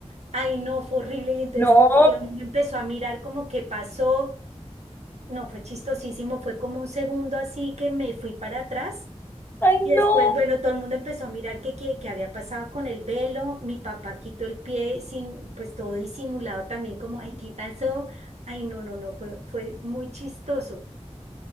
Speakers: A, on the right; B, on the left.
A: Ay, no, fue horrible. Y entonces
B: No,
A: todo el mundo empezó a mirar como qué pasó. No, fue chistosísimo, fue como un segundo así que me fui para atrás
B: Ay,
A: y después,
B: no,
A: bueno, todo el mundo empezó a mirar qué, qué, qué había pasado con el velo. Mi papá quitó el pie sin, pues todo disimulado también, como, ay, ¿qué pasó? Ay, no, no, no, fue, fue muy chistoso.